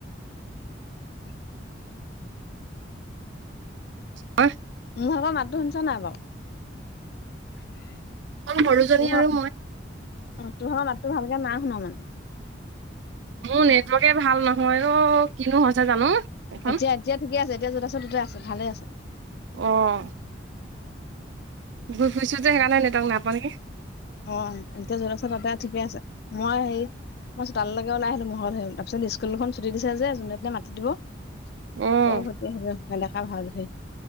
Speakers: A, on the left; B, on the right.
A: উ।
B: অ।
A: ত আকৰ মাতটো শুনিছ নাই বৌ। <unintelligible>
B: অকল সৰুজনী
A: তুহৰ
B: আৰু
A: অ
B: মই
A: তোহৰ লাতটো ভালকে না। <unintelligible> শু <unintelligible>
B: মোৰ নেটৱৰ্কে ভাল নহয় অ, কিনো হৈছে জানো। এখন
A: এতিয়া এতিয়া ঠিক আছে এতিয়া য'ত আছে ত'তে আছে। ভালে আছে।
B: আহ। ঘূৰি ফুইছো যে সেইকাৰণ নাই ন তক নাপকে। <unintelligible>
A: অ এতিয়া য'ৰাচৰ তাতে আ ঠিকেই আছে মই হেৰি মই চোতালৈকেওলাই আহিলো মৰত সল তাৰপিছত স্কুল দুখন ছুটি দিছে যে যোনে এনে মাতি দিব। <unintelligible>
B: অ'
A: আকৌ সতি নেদেখা ভাল। <unintelligible> হয়।